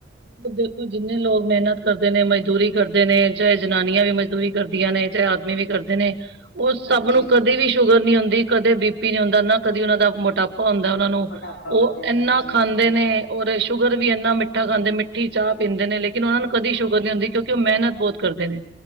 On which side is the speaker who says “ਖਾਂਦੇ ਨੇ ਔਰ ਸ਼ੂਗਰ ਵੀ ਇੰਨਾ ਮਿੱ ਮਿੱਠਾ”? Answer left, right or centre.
Right